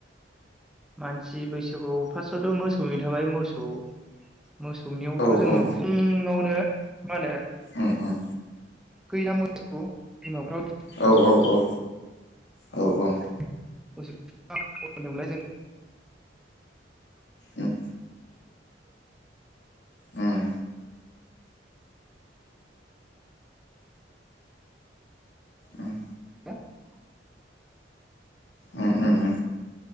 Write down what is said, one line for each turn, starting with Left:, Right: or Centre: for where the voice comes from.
Centre: मानसि बैसागु फार्स्टआवथ' मोसौै थाबाय मोसौ मोसौनियावथ'
Left: औ
Centre: जोङो
Left: औ
Centre: फुनङावनो मा होनो
Left: उम उम
Centre: थुखैयो ना मोसौखौ दैमाफ्राव
Left: औ औ औ औ औ।
Centre: <unintelligible> <inaudible> <unintelligible> <unintelligible>
Left: उम ओम। उम
Centre: <inaudible>
Left: ओम ओम।